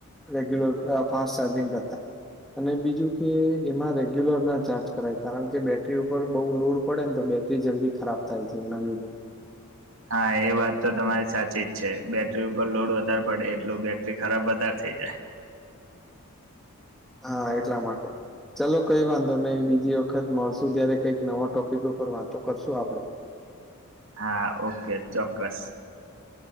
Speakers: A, in the centre; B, on the right (about 60°).
A: રેગ્યુલર ફાસ્ટ ચાર્જિંગ કરતા અને બીજું કે જેમાં રેગ્યુલર ના ચાર્જ કરાય કારણ કે બેટરી ઉપર બહુ લોડ પડે ને તો બેટરી જલ્દી ખરાબ થાય છે એના લીધે.
B: હા એ વાત તો તમારી સાચી જ છે બેટરી ઉપર લોડ વધારે પડે એટલો બેટરી ખરાબ વધારે થઇ જાય.
A: હા એટલા માટે ચલો કંઇ વાંધો નહીં બીજી વખત મળશું ત્યારે કંઈક નવા ટોપિક વાતો કરશું આપડે.
B: હા, ઓકે ચોક્કસ.